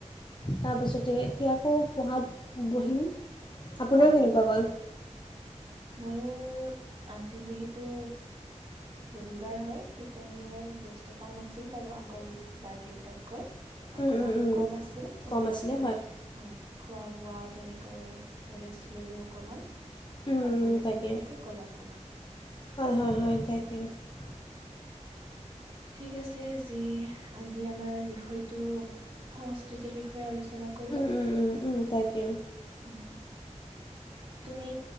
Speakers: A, on the left; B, on the right.
A: তাৰপাছতে এতিয়া আকৌ পঢ়াত বহিম আপোনাৰ
B: হয়
A: কেনেকুৱা ক'ল
B: মোৰো আজি যিহেতু ৰবিবাৰ হয় ঠিক তেনেদৰে ব্যস্ততাও নাছিল বাৰু আগৰ বাৰ কেইটাত
A: উম,
B: অকমান
A: উম, উম।
B: কম আছিল তেনেকৈ
A: কম আছিলে
B: হয় খোৱা বোৱা তেনেকৈ ৰেষ্ট ল'লোঁ অকণমান
A: উম,
B: কাপোৰ
A: উম,
B: ধোৱা
A: তাকে
B: তেনেকে ক'ল অকমান
A: হয় হয় হয় তাকাকেম <unintelligible>
B: ঠিক আছে আজি আজি আমাৰ বিষয়টো সংস্কৃতিৰ বিষয়ে আলোচনা ৰূচনা কৰোঁ
A: উম, উম, উম, উম, তাকে
B: উম তুমি